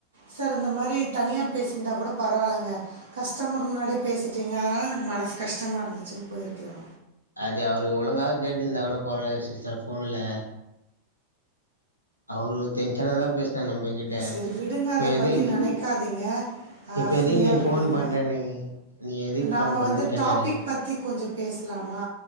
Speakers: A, on the right (about 75°); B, on the left (about 90°).
A: சார் இந்த மாரி தனியா பேசிருந்தா கூட பரவால்லங்க கஷ்டமர் முன்னாடியே பேசிட்டீங்க அதனால எனக்கு மனசு கஷ்டமா இருந்துச்சுன் போய்ர்க்கலா
B: அது அவர் ஒழுங்காக கேட்டுருந்தா கூட பரவால சிஸ்டர் ஃபோன்ல அவரு டென்ஷனா தா பேசினாரு நம்மகிட்ட
A: செரி விடுங்க
B: இப்ப
A: அத
B: எது
A: பத்தி நெனைக்காதீங்க. ஆ
B: இப்ப
A: ஃப்ரீயா
B: எதுக்கு நீ
A: விடுங்க
B: ஃபோன் பண்றேன்னு நீ எதுக்கு
A: நாம்ம
B: ஃபோன் பண்ணன்னு
A: வந்து
B: கேட்டாரு
A: டாபிக் பத்தி கொஞ்ச பேஸ்லாமா